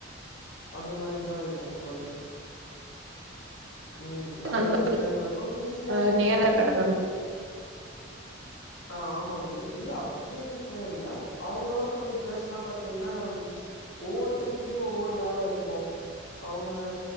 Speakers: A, on the left; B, on the right.
A: அந்த மாரிதா இருக்கோ தோழி ம் அந்த
B: நண்பர்
A: மாரிதா நேரோ கழிப்போம் மீதி நேரம்
B: அ நேர கடத்த
A: ஆ ஆமாங்க இல்ல அப்டீன்ற இல்ல அவங்களோட கொஞ்சோ பேசனா பாத்தீங்கன்னா ஒவ்வோருத்தருர்கிட்டயு ஒவ்வோரு வேல இருக்கோ அவுங்க